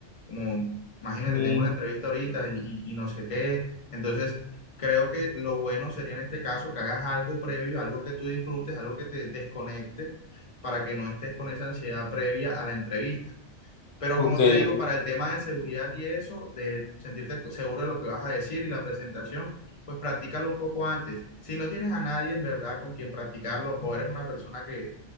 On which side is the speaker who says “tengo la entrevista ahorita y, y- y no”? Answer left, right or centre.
Left